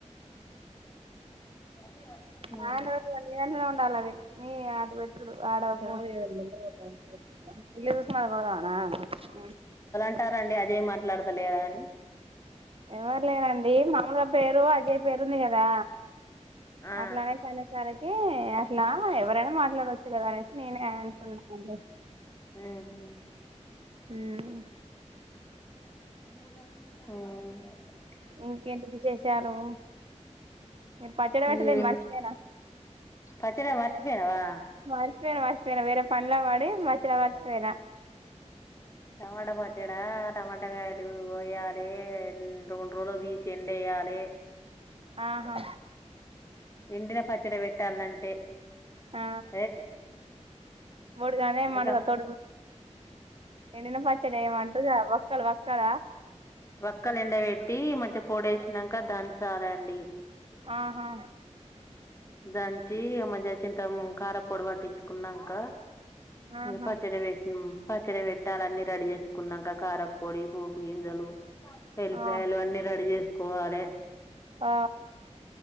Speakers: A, on the left; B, on the right.
A: నేనంటాన్న.
B: నాయన పెట్టాలి నీ అన్నలో ఉండాలి అది నీ ఆటు పెట్టుడు ఆడ <inaudible> <unintelligible> జుసుకొని అటు పోదాం అనా. <unintelligible>
A: అంటారండి అజయ్ మాట్లాడతలేరా అని
B: ఎవరు లేరండి మామూలుగా పేరు అజయ్ పేరుంది కదా
A: ఆ
B: అట్లా అనేతనేసారికి అట్లా ఎవరైనా మాట్లాడవచ్చు కదా అనే నేనే అంటున్నానండి
A: హ్మ్ హ్మ
B: హ్మ
A: హ్మ్
B: ఇంకేంటి విశేషాలు మీరు పచ్చడి పెట్టలేదు
A: లే ఏ
B: మర్చిపోయినా
A: పచ్చ మర్చిపోయినావా
B: మరిచపోయినా మరచిపోయినా వరే పనిలో పడి పచ్చడి మారచిపోయినా
A: టమాటా పచ్చాడా టమాటాకాయలు కోయాలి రెండు రోజులు తీసి ఎండేయాలి ఏ
B: ఆహా
A: ఎండిన పచ్చడి పెట్టాలంటే
B: ఆ
A: ఏ
B: వడు గదే
A: అరగా
B: మాట తోడు ఎండిన పచ్చడి ఏమంటారు ఒక్కలు ఒక్కాల
A: వక్కలు ఎండ పెట్టి మంచిగా పొడేసినాక దంచాలండి
B: ఆహా
A: దంచి మ చే చింత కారా పొడి పట్టి ఇచ్చుకున్నాంక
B: ఆహా
A: ఇ పచ్చడి పెట్ను పచ్చడి పెట్టాలి అన్నీ రెడీ చేసుకున్నాంక కార పొడి పోపు గింజలు ఎలిపాయలు
B: ఆ
A: అన్నీ రెడీ చేసుకోవాలి
B: ఆ